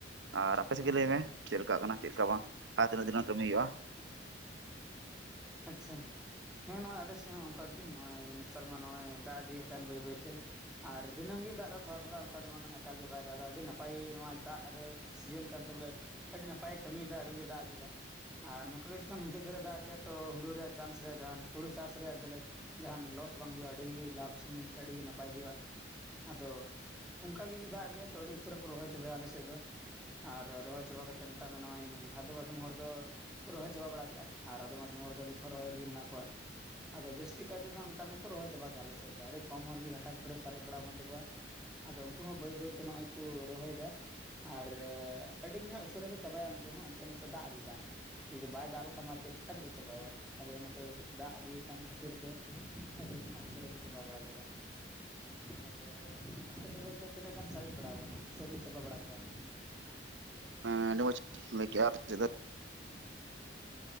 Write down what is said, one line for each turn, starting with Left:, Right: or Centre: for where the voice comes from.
Right: ᱟᱨ ᱟᱯᱮ ᱥᱮᱫ ᱜᱮ ᱞᱟᱹᱭ ᱢᱮ ᱪᱮᱫ ᱞᱮᱠᱟᱜ ᱠᱟᱱᱟ ᱪᱮᱫ ᱞᱮᱠᱟ ᱵᱟᱝ ᱟᱨ ᱛᱤᱱᱟᱹᱜ ᱫᱤᱱ ᱨᱮᱱᱟᱝ ᱠᱟᱹᱢᱤ ᱦᱩᱭᱩᱜᱼᱟ᱾
Centre: ᱟᱪᱪᱷᱟ᱾ ᱦᱮᱸ ᱱᱚᱜᱼᱚᱭ ᱟᱞᱮ ᱥᱮᱫ ᱦᱚᱸ ᱚᱱᱠᱟ ᱜᱮ ᱱᱚᱜᱚᱭ ᱱᱮᱛᱟᱨ ᱢᱟ ᱱᱚᱜ ᱚᱭ ᱫᱟᱜ ᱤᱫᱤᱭᱮᱫ ᱠᱟᱱ ᱵᱟᱹᱭ ᱵᱟᱹᱭᱛᱮ᱾ ᱟᱨ ᱫᱤᱱᱟᱹᱢ ᱜᱮ ᱫᱟᱜᱽ ᱫᱟ ᱛᱷᱚᱲᱟᱼ ᱛᱷᱚᱲᱟ ᱚᱱᱠᱟ ᱫᱚ ᱵᱟᱝ ᱠᱟᱱᱟ ᱮᱠᱟᱞ ᱜᱮ ᱵᱟᱭ ᱫᱟᱜᱽ ᱮᱫᱟ ᱟᱹᱰᱤ ᱱᱟᱯᱟᱭ ᱱᱚᱣᱟ ᱫᱟᱜ ᱨᱮ, ᱥᱤᱡᱮᱱ ᱠᱟᱱᱛᱮ ᱵᱚᱞᱮ ᱟᱹᱰᱤ ᱱᱟᱯᱟᱭᱮ ᱠᱟᱹᱢᱤᱭᱮᱫᱟ ᱟᱹᱰᱤ ᱢᱚᱸᱡᱽ ᱫᱟᱜᱽ ᱤᱫᱤᱭᱮᱫᱟ ᱟᱨ ᱱᱚᱝᱠᱟ ᱜᱮ ᱡᱚᱠᱷᱚᱱ ᱢᱩᱪᱟᱹᱫ ᱫᱷᱟᱹᱨᱤᱡ ᱮ ᱫᱟᱜᱽ ᱤᱫᱤᱭᱟ ᱛᱚ ᱦᱩᱲᱩ ᱨᱮᱭᱟᱜ ᱪᱟᱱᱥ ᱨᱮᱭᱟᱜ ᱡᱟᱦᱟᱱ ᱦᱩᱲᱩ ᱪᱟᱥ ᱨᱮᱭᱟᱜ ᱡᱮᱞᱮ, ᱡᱟᱦᱟᱱ ᱞᱚᱥ ᱵᱟᱝ ᱦᱩᱭᱩᱜᱼᱟ ᱟᱹᱰᱤ ᱞᱟᱵᱷ ᱥᱮ ᱢᱮᱱᱠᱮᱭᱟ ᱟᱹᱰᱤ ᱜᱮ ᱱᱟᱯᱟᱭ ᱦᱩᱭᱩᱜᱼᱟ᱾ ᱟᱫᱚ ᱚᱝᱠᱟ ᱜᱮ ᱡᱩᱫᱤ ᱫᱟᱜᱽ ᱤᱫᱤᱭᱟ ᱛᱚ ᱟᱹᱰᱤ ᱩᱥᱟᱹᱨᱟ ᱠᱚ ᱨᱚᱦᱚᱭ ᱪᱟᱵᱟᱭᱟ ᱟᱞᱮ ᱥᱮᱫ ᱫᱚ᱾ ᱟᱨ ᱨᱚᱦᱚᱭ ᱪᱟᱵᱟ ᱠᱟᱛᱮᱜ ᱢᱮᱛᱟᱜ ᱢᱮ ᱱᱚᱜᱼᱚᱭ ᱟᱫᱚᱢ ᱼ ᱟᱫᱚᱢ ᱦᱚᱲ ᱫᱚ ᱠᱚ ᱨᱚᱦᱚᱭ ᱪᱟᱵᱟ ᱵᱟᱲᱟ ᱠᱮᱫᱼᱟ᱾ᱟᱨ ᱟᱫᱚᱢ ᱼ ᱟᱫᱚᱢ ᱦᱚᱲ ᱫᱚ ᱱᱤᱛ ᱦᱚᱸ ᱨᱚᱦᱚᱭ ᱨᱮᱜᱮ ᱢᱮᱱᱟᱜ ᱠᱚᱣᱟ᱾ ᱟᱫᱚ ᱡᱟᱹᱥᱛᱤ ᱠᱟᱭ ᱛᱮᱫᱚ ᱦᱟᱸᱜ ᱢᱮᱛᱟ ᱢᱮᱠᱚ ᱨᱚᱦᱚᱭ ᱪᱟᱵᱟ ᱜᱮᱭᱟ ᱟᱞᱮᱥᱮᱫ ᱫᱚ ᱟᱹᱰᱤ ᱠᱚᱢ ᱦᱚᱲ ᱜᱮ ᱜᱷᱟᱴᱟ ᱜᱷᱩᱴᱩ ᱨᱮ ᱥᱟᱨᱮᱡ ᱵᱟᱲᱟᱣ ᱠᱟᱱ ᱛᱟᱠᱚᱣᱟ᱾ ᱟᱫᱚ ᱩᱱᱠᱩ ᱦᱚᱸ ᱵᱟᱹᱭᱼᱵᱟᱹᱭ ᱛᱮ ᱱᱚᱜ ᱚᱭ ᱠᱚ ᱨᱚᱦᱚᱭ ᱫᱟ᱾ ᱟᱨ ᱟᱹᱰᱤ ᱜᱮ ᱦᱟᱸᱜ ᱩᱥᱟᱹᱨᱟ ᱠᱚ ᱪᱟᱵᱟᱭᱟ ᱩᱱᱠᱩ ᱦᱚᱸ ᱮᱱᱛᱮᱜ ᱱᱤᱛᱚᱜ ᱫᱟᱜᱽ ᱤᱫᱤᱫᱟ᱾ ᱡᱩᱫᱤ ᱵᱟᱭ ᱫᱟᱜᱽ ᱞᱮᱠᱷᱟᱱ ᱮᱱᱛᱮᱫ ᱪᱤᱠᱟ ᱛᱮᱠᱚ ᱪᱟᱵᱟᱭᱟ ᱟᱫᱚ ᱚᱱᱟᱛᱮ ᱫᱟᱜᱽ ᱤᱫᱤᱭᱮᱫ ᱠᱟᱱ ᱠᱷᱟᱹᱛᱤᱨ ᱛᱮ, ᱟᱹᱰᱤ ᱜᱮ ᱦᱟᱸᱜ ᱩᱥᱟᱹᱨᱟ ᱠᱚ ᱪᱟᱵᱟ ᱵᱟᱲᱟ ᱜᱚᱫᱟ᱾ ᱟᱫᱚ ᱟᱯᱮ ᱥᱮᱫ ᱫᱚ ᱱᱤᱛᱚᱜ ᱛᱤᱱᱟᱹᱜ ᱜᱟᱱ ᱥᱟᱨᱮᱡ ᱵᱟᱲᱟᱣ ᱠᱟᱱᱟ ᱥᱮᱠᱚ ᱪᱟᱵᱟ ᱵᱟᱲᱟ ᱠᱮᱭᱟ᱾
Right: ᱦᱮᱸ ᱟᱹᱰᱤ ᱢᱚᱡ ᱞᱟᱹᱭ ᱠᱮᱭᱟ ᱟᱯᱮᱥᱮᱫ ᱫᱚ,